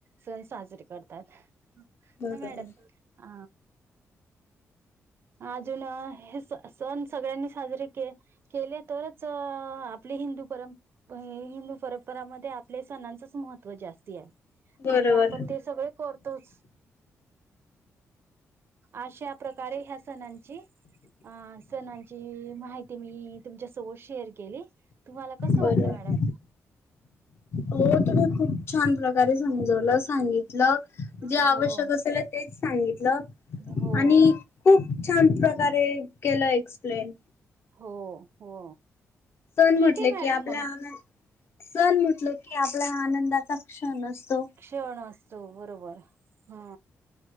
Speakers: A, on the right (about 50°); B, on the left (about 50°).
A: सण साजरे करतात.
B: बरोबर.
A: ह मॅडम अ अजून सण सगळ्यांनी साजरे के केले तरच आपली हिंदू परं हिंदू परंपरामध्ये आपल्या सणांचंच महत्त्व जास्त आहे
B: बरोबर
A: आणि आपण ते सगळे करतोच. अशा प्रकारे ह्या सणांची अ सणांची माहिती मी तुमच्यासोत शेअर केली. तुम्हाला कस वाटलं
B: बरोबर
A: मॅडम?
B: हो तुम्ही खूप छान प्रकारे समजवलं. सांगितलं. जे
A: हो
B: आवश्यक असेल तेच सांगितलं
A: हो
B: आणि खूप छान प्रकारे केलं एक्सप्लेन.
A: हो हो!
B: सण
A: ठीक
B: म्हटले
A: आहे
B: की
A: मॅडम
B: आपल्या
A: मग
B: आ सण म्हटलं की आपला आनंदाचा क्षण असतो.
A: क्षण असतो बरोबर. ह.